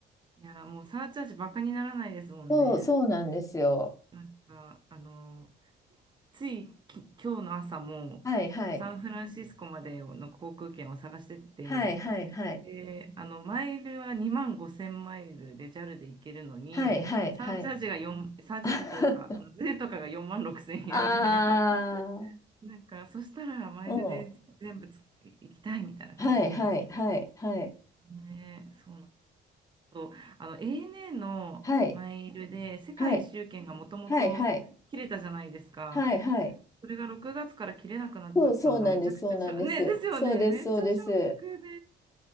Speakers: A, on the right (about 25°); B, on the left (about 15°).
A: いや、もうサーチャージバカにならないですもんね。
B: そう、そうなんですよ。
A: なんか、あの、ついき、今日の朝も、
B: はい、はい。
A: サンフランシスコまでの航空券を探してて、
B: はい、はい、はい。
A: で、あの、マイルは2万5000マイルでジャルで行けるのに、
B: はい、はい、
A: サーチャージが4、
B: はい。
A: サーチャージというか、
B: <laughs> あ
A: あの税とかが4万6000円で、
B: あ、
A: <laughs> なんか、そしたらマイルで全部つ行きたいみたいな感じになって、
B: うん。はい、はい、はい、はい、
A: ね、そうなんと、あの ANA のマイルで世界一周券がもともと切れたじゃないですか。
B: はい、はい、はい、はい、はい、はい。
A: それが6月から切れなくなっちゃったのがめちゃくちゃショック、
B: そう、そうなんです、そうなんです。
A: ね、ですよね。
B: そうです、
A: めっちゃショックで、
B: そうです。